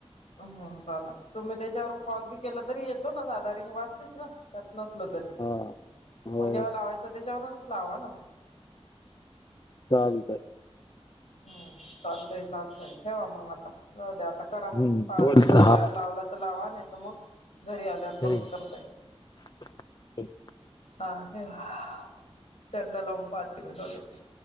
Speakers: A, on the left (about 80°); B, on the left (about 40°).
A: ह हाहा तुम्ही त्याच्यावरून कॉल बी केला तरी येतो ना जादा रिंग वाजतेच ना. त्यात नसलं तरी
B: हा हो
A: मग जेव्हा लावायचं त्याच्यावरूनच लावा ना.
B: चालतंय.
A: हम् चालतंय चालतंय ठेवा मग आता जाऊ द्या आता. करा मग
B: हम्म
A: काय
B: बोल
A: आता थोड्या वेळानं
B: हा
A: लावला तर लावा नाही तर मग घरी आल्यावर
B: ठीक
A: परत
B: आहे.
A: करता येईल.
B: <unintelligible>
A: हा ठेवा, त्यांना लावुन पाहते मी जाऊ दे.